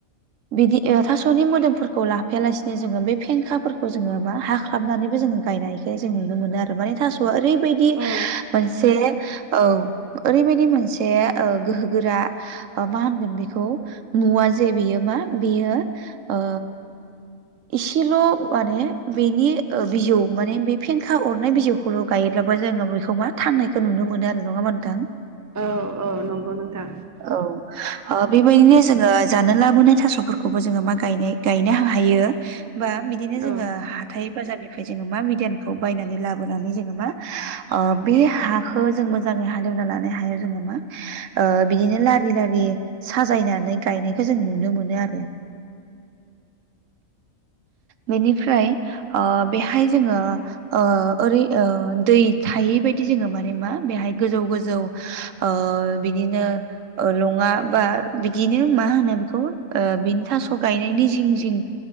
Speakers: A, on the right; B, on the right.
A: बिदि थास'नि मोदोमफोरखौ लाफायालासिनो जोङो बे फेंखाफोरखौ जोङो मा हाख्लाबनानैबो जोङो गायनायखो जों नुनो मोनो आरो माने थास'आ ओरै बैदि
B: औ
A: मोनसे औ ओरैबायदि मोनसे ओ गोहो गोरा मा होनगोन बेखौ मुवा जे बेयो मा बेयो ओ इसेल' माने बेनि बिजौ माने बे फेंखा अरनाय बिजौ खौल' गायोब्लाबो जोङो बेखौ मा थांनायखौ नुनो मोनो आरो। नङा होनबा नोंथां?
B: औ औ नंगौ नोंथां।
A: औ बेबायदिनो जोङो जानो लाबोनाय थास'फोरखौबो जोङो मा गायनाय गायनो हायो। बा बिदिनो जोङो
B: औ
A: हा थाय बाजारनिफ्राय जोङो मा बिधानखौ बायनानै लाबोनानै जोङो मा बे हा जों मोजाङै हाले एवना लानो हायो जोङो मा ओ बिदिनो लारि लारि साजायनानै गायनायखौ जों नुनो मोनो आरो। बेनिफ्राय ओ बेहाय जोङो ओ ओरै ओ दै थायै बायदि जोङो माने मा बेहाय गोजौ गोजौ ओ बिदिनो लङा बा बिदिनो मा होनो बेखौ ओ बिनि थास' गायनायनि जिं जिं